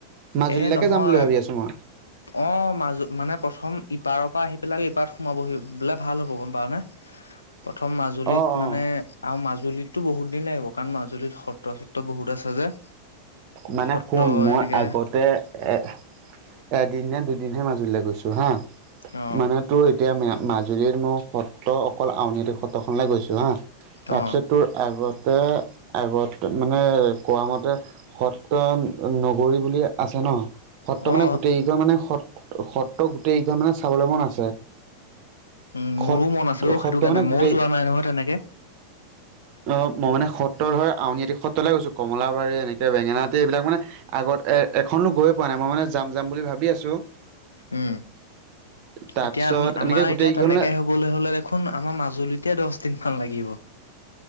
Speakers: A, on the right; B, on the left.
A: মাজুলীলৈকে
B: এ নহয়
A: যাম বুলি ভাবি আছোঁ মই।
B: অ, মাজু মানে প্ৰথম ইপাৰৰ পৰা আহি পেলাই ইপাৰত সোমাবহি বোলে ভাল হ'ব গম পাও নে?
A: <inaudible>
B: প্ৰথম মাজুলীত
A: অ অ
B: মানে আ মাজুলী। মাজুলীতো বহুত দিন লাগিব কাৰণ মাজুলীত সত্ৰ চত্ৰ বহুত আছে যে।
A: মানে
B: সত্ৰ
A: শুন মই
B: এনেকে
A: আগতে এ এদিন নে দুদিনহে মাজুলীলৈ গৈছো হা
B: অ
A: মানে তোৰ এতিয়া মে মাজুলীৰত মোৰ সত্ৰ অকল আউনীহাটি সত্ৰখনলৈ গৈছোঁ হা তাৰপিছত
B: অ
A: তোৰ আগতে আগতে মানে কোৱা মতে সত্ৰ নগৰী বুলি আছে ন' সত্ৰ
B: অ
A: মানে গোটেইক মানে সত্ৰ সত্ৰ গোটেইকেইখন মানে চাবলৈ মন আছে।
B: উম, মোৰো
A: সত
B: মন আছেও
A: সত্ৰ
B: সেইটো কাৰণে
A: মানে
B: মইও
A: গোটেই
B: যোৱা নাই নহয় তেনেকে
A: অ, 'মই মান সতৰ হয় আউনীহাতি সত্ৰলৈ গৈছো কমলাবাৰী বেঙেনাটি এইবিলাক মানে আগত এখনো গৈ পোৱা নাই মই মানে যাম যাম বুলি ভাবি আছোঁ।
B: উম,
A: তাৰপিছত
B: এতিয়া আমি
A: এনেকে
B: আমাৰ
A: গোটেইকেইখনলে
B: এতিয়া তেনেকে হব ক'বলৈ হ'লে দেখোন আমাৰ মাজুলীতে দহ দিন মান লাগিব।